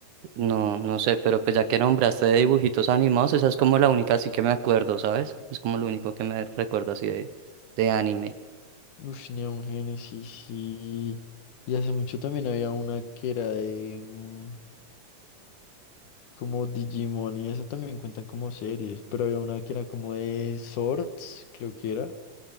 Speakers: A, on the right; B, on the left.
A: no, no sé, pero pues ya que nombraste de dibujitos animados, esa es como la única así que me acuerdo, ¿sabes? Es como lo único que me recuerdo así de, de anime.
B: <laughs> Ush, Neon Genesis, sí, y hace mucho también había una que era de mm, como Digimon y eso también cuentan como series, pero había una que era como de Swords, creo que era,